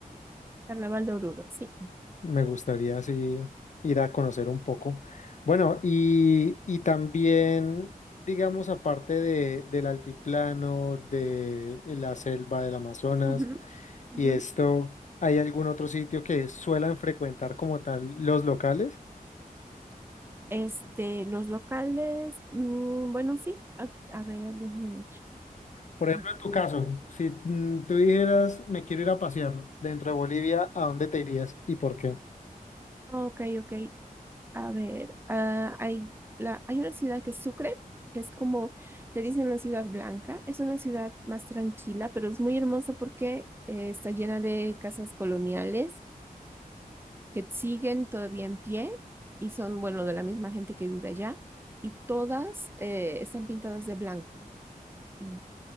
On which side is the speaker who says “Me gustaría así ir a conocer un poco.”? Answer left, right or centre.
Left